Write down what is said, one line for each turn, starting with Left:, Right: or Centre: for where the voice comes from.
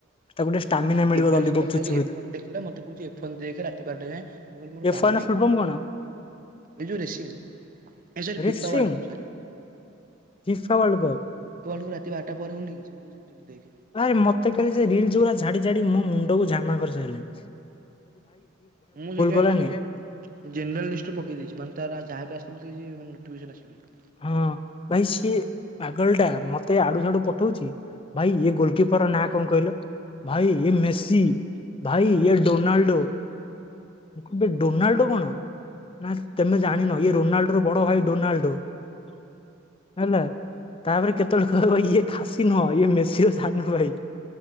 Left: ତାକୁ ଟିକେ ଷ୍ଟାମିନା ମିଳିବ
Right: ଦିବ୍ୟାଙ୍କ
Left: ଲଲିପପ୍
Right: ସହିତ ଖାଲି
Left: ଚୁଚୁମିରେ
Right: ଏଫନ ଦେଖିଲା ମତେ କହୁଛି ଏଫନ ଦେଖେ ରାତି ବାରଟା ଯାଏଁ ମୁଁ କହିଲି ମୋର
Left: ଏଫ୍
Right: କାମ
Left: ୱାନ୍ ର
Right: ନାହିଁ
Left: ଫୁଲ୍ ଫର୍ମ କଣ
Right: ଏ ଯୋଉ ରେସିଙ୍ଗ ନା sorry
Left: racing
Right: world cup
Left: FIFA world cup
Right: କୁ ବେଳକୁ ରାତି ବାରଟା ପରେ ହଉନି କି ଦେଖ
Left: ଆରେ ମୋତେ କାଲି ସେ ରିଲସ ଯୋଉା ଝାଡି ଝାଡି ମୋ ମୁଣ୍ଡକୁ ଝାମା କରିସାରିଲାଣି ।
Right: ମୁଁ ସେଇ ଯଏ
Left: କଲାନି
Right: କାକୁ ଜେନେରାଲ ଲଷ୍ଟ ପକେଇ ଦେଇଛି ମାନେ ତାର ଯାହାବ ଆ ତୋତେ କିଛି ବି ନୋଟିଫିକସନ୍ ଆସିବନି ।
Left: ହଁ ଭାଇ ସିଏ ପାଗଳ ଟା ମତେ ଆଡୁ ସଡୁ ପଠଉଛି ଭାଇ ଗୋଲକିପର ର ନାଁ କଣ କହିଲ ଭାଇ ଇଏ ମେସି ଭାଇ ୟ ଡୋନାଲ୍ଡୋ ମୁଁ କିବ ଡୋନାଲ୍ଡୋ କଣ ନା ତମେ ଜାଣିନ ଇଏ ରୋନାଲ୍ଡୋ ର ବଡ ଭାଇ ଡୋନାଲ୍ଡୋ । ହେଲା ତାପରେ କେତେବୋକ ଇଏ ଖାସି ନୁହ ଇଏ ମଶିବ ଧାନ ଭାଇ।